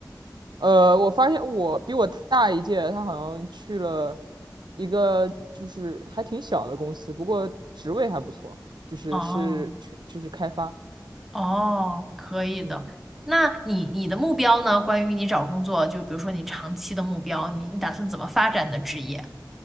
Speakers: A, on the right; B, in the centre.
A: 呃，我发现我比我大一届，他好像去了一个就是还挺小的公司，不过职位还不错，就是是全就是开发，
B: 哦哦，可以的。
A: 嗯。
B: 那你你的目标呢？关于你找工作，就比如说你长期的目标，你你打算怎么发展你的职业？